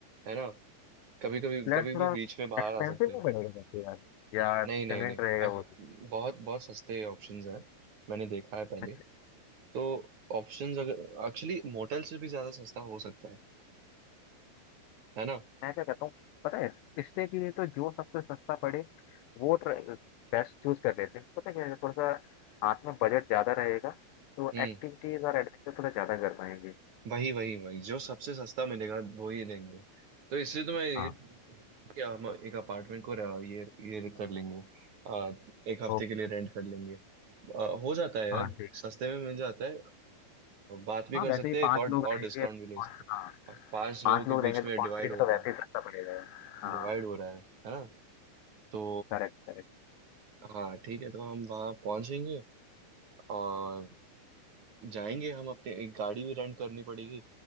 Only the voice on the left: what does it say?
फ्लैट
थोड़ा
एक्सपेंसिव
भी
पड़ेगा वैसे यार या
कन्वीनियंट
रहेगा
वो भी
अच्छा
मैं क्या कहता हूँ पता है रिश्ते के लिए तो जो सबसे सस्ता पड़े वो बेस्ट चूज कर लेते हैं पता है क्या है थोड़ा सा हाथ में बजट ज्यादा रहेगा तो
एक्टिविटीज और एडवेंचर थोड़ा ज्यादा कर पाएंगे
हाँ
ओके
हाँ ठीक
हाँ
वैसे
ही
पांच
लोग
रहेंगे
तो
कौन-
हाँ
पांच
लोग
रहेंगे तो
कंट्री में
तो
वैसे
ही सस्ता पड़ेगा हाँ
करेक्ट करेक्ट